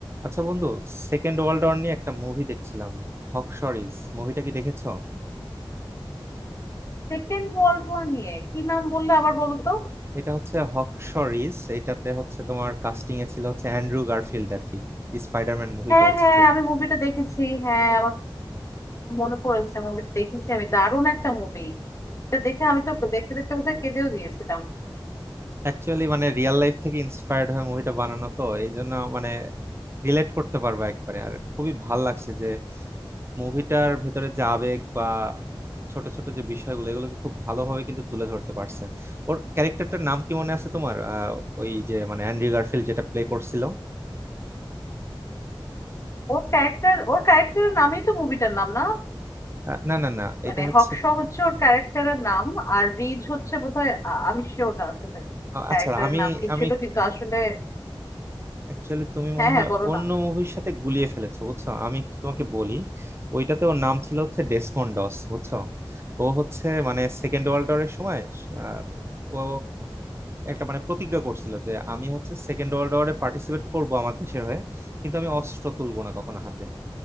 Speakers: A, on the right; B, on the left.
A: আচ্ছা বন্ধু second world war নিয়ে একটা মুভি দেখছিলাম হকশরিজ মুভিটা কি দেখেছো
B: Second world war নিয়ে কি নাম বললে আবার বলো তো
A: এটা হচ্ছে হকশরিজ এটাতে হচ্ছে তোমার কাস্টিং এ ছিল হচ্ছে অ্যান্ড্রু গারফিল্ড আর কি স্পাইডারম্যান মুভি
B: হ্যাঁ
A: করেছে
B: হ্যাঁ
A: যে
B: আমি মুভিটা দেখেছি হ্যাঁ আমার মনে পড়েছে মুভিটা দেখেছি আমি দারুণ একটা মুভি এটা দেখে আমি তো দেখতে দেখতে বোধহয় কেঁদেও দিয়েছিলাম
A: অ্যাকচুয়ালি মানে রিয়েল লাইফ থেকে ইন্সপায়ার্ড হয়ে মুভিটা বানানো তো এই জন্য মানে রিলেট করতে পারবে একবারে আর খুবই ভাল লাগছে যে মুভিটার ভেতরে যে আবেগ বা ছোট ছোট যে বিষয়গুলো এগুলোকে খুব ভালোভাবে কিন্তু তুলে ধরতে পারছে ওর ক্যারেক্টারটার নাম কি মনে আছে তোমার আহ, ওই যে মানে অ্যান্ড্রু গারফিল্ড যেটা প্লে করছিল
B: ওর ক্যারেক্টার ওর ক্যারেক্টারের নামই তো মুভিটার নাম না
A: আহ, না না না এটা
B: মানে
A: হচ্ছে
B: হক্স হচ্ছে ওর ক্যারেক্টারের নাম আর রিজ হচ্ছে বোধহয় আ- আমি শিওরটা আসলে
A: আহ,
B: ক্যারেক্টারের
A: আচ্ছা আমি
B: নাম কি
A: আমি
B: ছিল কিন্তু আসলে
A: অ্যাকচুয়ালি তুমি
B: হ্যাঁ
A: মনে
B: হ্যাঁ
A: হয়
B: বলো
A: অন্য
B: না
A: মুভির সাথে গুলিয়ে ফেলেছো বুঝছো আমি একটু তোমাকে বলি ওইটাতে ওর নাম ছিল হচ্ছে ডেসমন্ড ডস বুঝছো ও হচ্ছে মানে সেকেন্ড ওয়ার্ল্ড ওয়ারের সময় আহ, ও একটা মানে প্রতিজ্ঞা করছিল যে আমি হচ্ছে সেকেন্ড ওয়ার্ল্ড ওয়ারে পার্টিসিপেট করব আমার দেশের হয়ে কিন্তু আমি অস্ত্র তুলবো না কখনো হাতে